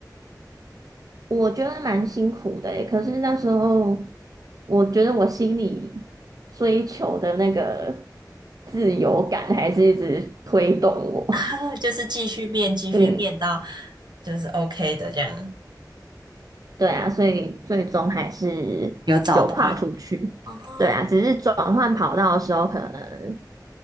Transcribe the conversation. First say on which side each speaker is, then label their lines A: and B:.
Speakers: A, on the right; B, on the right.
A: 我觉得蛮辛苦的诶，可是那时候我觉得我心里追求的那个自由感还是一直推动我，
B: <laughs> 就是继续变，
A: <laughs>
B: 继续变到
A: 嗯，
B: 就是 OK 的这样。
A: 对啊，所以最终还是有跨出去，
B: 有找到，哦
A: 对啊，只是转换跑道的时候可能